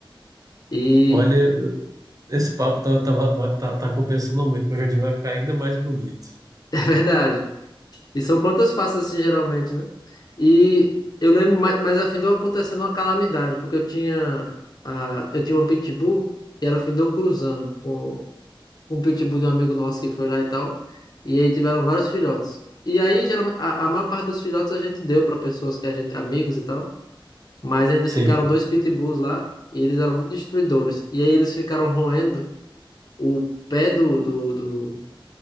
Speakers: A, on the left; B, on the right.
A: E
B: Olha, esse papo tá, tava- tá, tá tá compensando muito. Meu jardim vai ficar ainda mais bonito.
A: <laughs> é verdade. E são plantas fáceis assim geralmente, né? E eu lembro, mas, mas afindou acontecendo uma calamidade, porque eu tinha a, eu tinha uma pitbull e ela afindou cruzando com com um pitbull de um amigo nosso que foi lá e tal. E aí tiveram vários filhotes. E aí geralmente a, a maior parte dos filhotes a gente deu para pessoas que a gente amigos e tal. Mas ainda
B: Sim,
A: ficaram dois pitbulls lá e eles eram muito destruidores. E aí eles ficaram roendo o pé do, do, do...